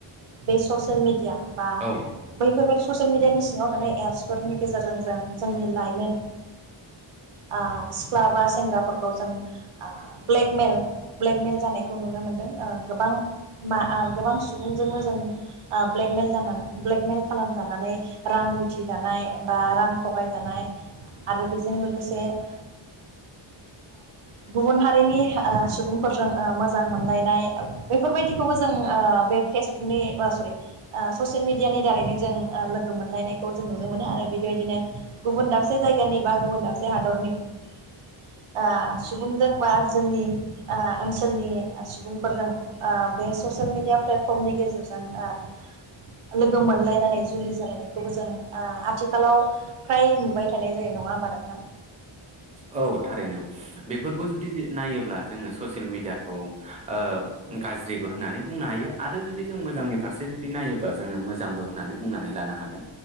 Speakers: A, on the right; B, on the right.
A: बे ससियेल मेडिया। बा
B: औ
A: बैफोरबायदि ससियेल मिडियानि सिङाव थानाय एप्सफोरनि गेजेरजों जों जोंनि लाइमोन ओ सिख्ला बास सेंग्राफोरखौ जों ओ ब्लेकमेल ब्लेकमेल जानायखौ नुनो मोनदों ओ गोबां मा ओ गोबां सुबुंजोंनो जों ओ ब्लेकमेल जाना ब्लेकमेल खालामजानानै रां लुथिजानाय बा रां थगायजानाय आरो बेजों लोगोसे ओ गुबुन हारिनि ओ सुबुंफोरजों ओ मोजां मोनलायनाय बेफोरबायदिखौबो जों ओ बे फेसबुकनि आ सरि ओ ससियेल मेडियानि दारैनो जों ओ लोगो मोनलायनायखौ जों नुनो मोनो आरो बिदिबायदिनो गुबुन दाबसे जायगानि बा गुबुन दाबसे हादरनि ओ सुबुंजों बा जोंनि ओ ओनसोलनि सुबुंफोरजों ओ बे ससियेल मेडिया प्लेटफर्मनि गेजेरजों ओ लोगो मोनलायनानै जुलि जालायनायखौबो जों ओ आथिखालाव फ्राय नुबाय थानाय जायो नङा होमबा नोंथां?
B: औ थारैनो। बेफोरखौ जुदि नायोब्ला जोङो ससियेल मिडियाखौ ओ गाज्रिबो होननानै बुंनो हायो आरो जुदि जों मोजांनि फारसे जुदि नायोबा जोङो मोजांबो होननानै बुंनानै लानो हागोन।